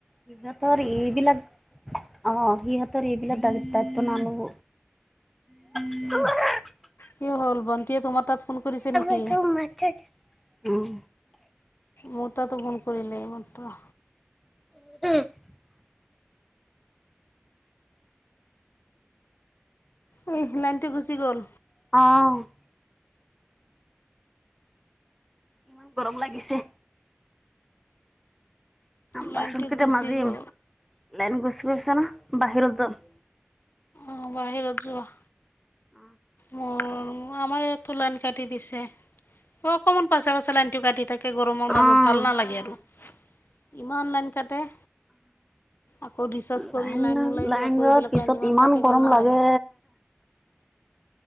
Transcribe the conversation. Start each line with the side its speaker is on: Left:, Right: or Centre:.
Centre: সিহঁতৰ এইবিলাক অ' সিহঁতৰ এইবিলাক দাগ তাইনা ল'ব <unintelligible>
Left: কি হ'ল বন্তিয়ে তোমাৰ তাত ফোন কৰিছে নেকি?
Centre: এইটো মাথাত উম
Left: মোৰ তাতো ফোন কৰিলে এই মাত্ৰ
Centre: <unintelligible>
Left: ঐ লাইনটো গুচি গ'ল।
Centre: অ ইমান গৰম লাগিছে।
Left: লাইনটো
Centre: বাচন কেইটা
Left: গুচি
Centre: মাজিম
Left: গ'ল।
Centre: লাইন গুচি গৈছে না বাহিৰত যাম।
Left: অ বাহিৰত যোৱা।
Centre: উম
Left: মোৰ আমাৰ ইয়াতো লাইন কাটি দিছে অ অকণমান পাছে পাছে লাইনটো কাটি তাকে গৰমৰ মাজত
Centre: অ'
Left: ভাল নালাগে আৰু ইমান লাইন কাটে। আকৌ ৰিচাৰ্জ কৰি
Centre: লাইন
Left: ওলাইছে
Centre: লাইন
Left: আকৌ
Centre: যোৱাৰ
Left: এইবিলাক
Centre: পিছত
Left: লাইন
Centre: ইমান
Left: কাটে
Centre: গৰম
Left: ভাল নালাগে
Centre: লাগে।